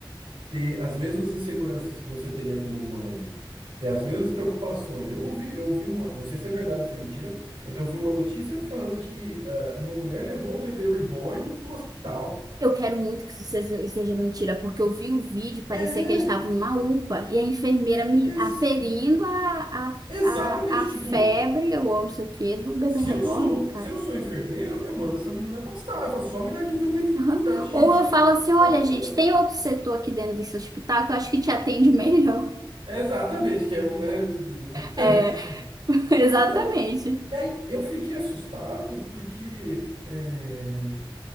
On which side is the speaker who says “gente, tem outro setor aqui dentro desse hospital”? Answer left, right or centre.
Right